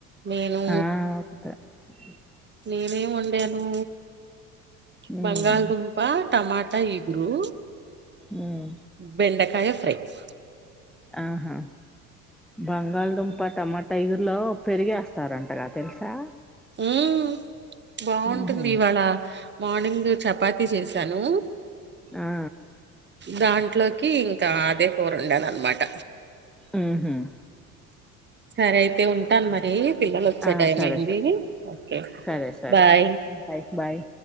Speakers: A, on the right (about 25°); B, in the centre.
A: నేను
B: ఆ ఒకటే <unintelligible>
A: నేనేం వండాను
B: మ్మ్
A: బంగాళదుంపా టమా టైగురు
B: మ్మ్
A: బెండకాయ ఎగ్స్
B: ఆహా బంగాళదుంపా టమాట ఇగురులో పెరుగేస్తారంటగా తెలుస్ సా
A: మ్మ్ బాగుంటుంది
B: ఊహూ
A: ఇవాళ మార్నింగ్ చప్ పాతి చేసాను
B: ఆ
A: దాన్ ట్లోకి ఇంకా అదే కూర ఉండాను అనమాట
B: మ్మ్ హ్మ్
A: సరే అయితే ఉంటాను మరి పిల్లలు వచ్చే
B: ఆ
A: టైం
B: సరే
A: అయింది
B: సరే
A: ఓకే
B: సరే సరే
A: బాయ్
B: అయితే బాయ్ బాయ్